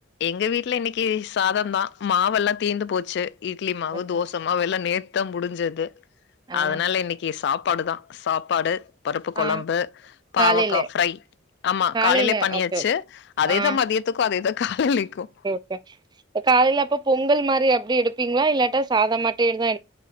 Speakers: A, on the left; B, on the right.
A: எங்க வீட்ல இன்னைக்கு சாதந்தா மாவெல்லா தீர்ந்து போச்சு. இட்லி மாவு
B: ஓகே
A: தோச மாவ் எல்லா நேத்துதா முடிஞ்சது
B: ஆ
A: அதனால இன்னைக்கு சாப் பாடுதா சாப்பாடு பருப்பு கொழம்பு
B: ஆ
A: பாவக்கா
B: காலைல
A: ஃப்ரை ஆமா
B: காலைல
A: காலையிலே பண்ணியாச்சு
B: ஓகே ஓகே.
A: அதேதா
B: ஆ
A: மதியத்துக்கு அதேதா காலைலேக்கு
B: ட ப்ப காலையில அப்ப பொங்கல் மாரி அப்டி எடுப்பீங்களா இல்லாட்டா சாதம் மட்டு இந் மா